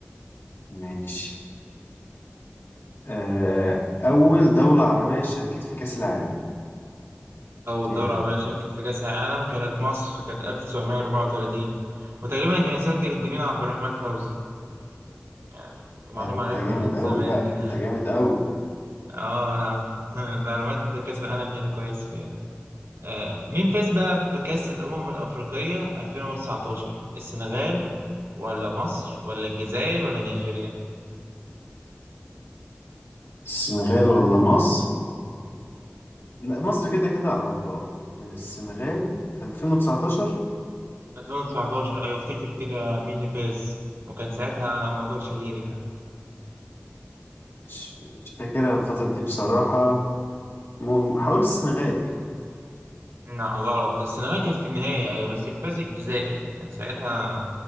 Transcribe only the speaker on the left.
ماشي آه... اول دولة عربية شاركت في كأس العالم
كانت
آه، ده انت
جامد
قوي بقى
انت
جامد قوي
السنغال ولا مصر لا مصر كده كده على الله آه، السنغال 2019
مش مش فاكرها الفترة دي بصراحة م- حاول السنغال يعني